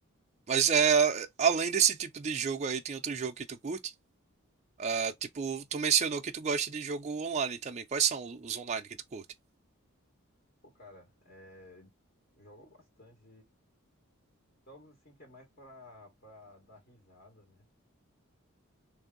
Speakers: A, on the right; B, on the left.
A: Mas é, além desse tipo de jogo aí, tem outro jogo que tu curte? Ah, tipo, tu mencionou que tu gosta de jogo online também. Quais são os online que tu curte?
B: Pô, cara, é, jogo bastante jogos assim que é mais pra, pra dar risada, né?